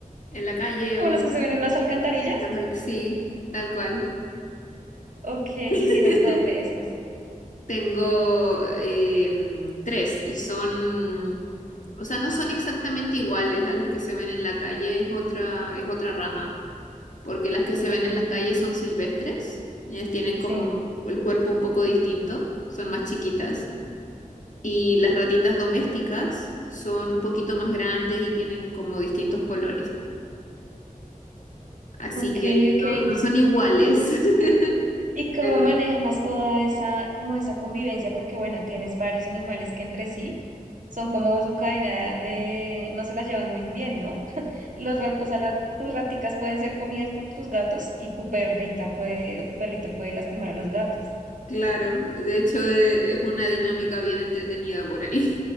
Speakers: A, on the left; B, on the right.
A: en la calle
B: <laughs> ¿Como
A: o...
B: las que se ven en las alcantarillas?
A: los- Sí, tal cual.
B: Ok, y
A: <laughs>
B: tienes dos de esas.
A: Tengo em, tres y son, o sea, no son exactamente iguales a las que se ven en la calle, es otra, es otra rama. porque las que
B: Ok,
A: se ven en la calle son silvestres, ellas tienen
B: sí.
A: como el cuerpo un poco distinto, son más chiquitas. Y las ratitas domésticas son un poquito más grandes y tienen como distintos colores. Así
B: Ok,
A: que
B: ok.
A: no, no son iguales, <laughs>
B: ¿Y cómo
A: pero
B: manejas toda esa, como esa convivencia? Porque bueno, tienes varios animales que entre sí son como su cadena de, no se las llevan muy bien, ¿no? Los rat, o sea, las, tus raticas pueden ser comidas por tus gatos y tu perrita puede, o tu perrito puede lastimar a los gatos.
A: claro, de hecho eh, es una dinámica bien entretenida por ahí.